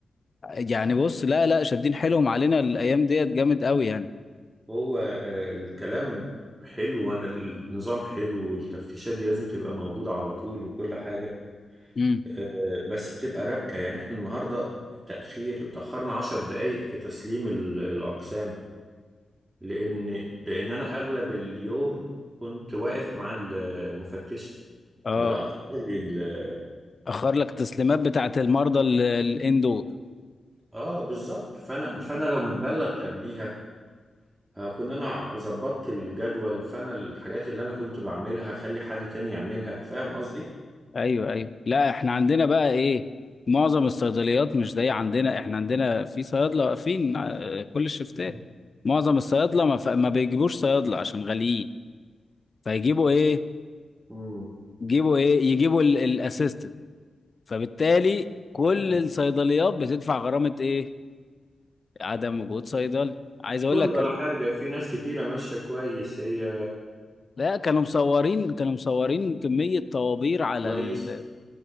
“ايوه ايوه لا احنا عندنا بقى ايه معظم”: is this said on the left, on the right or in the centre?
Left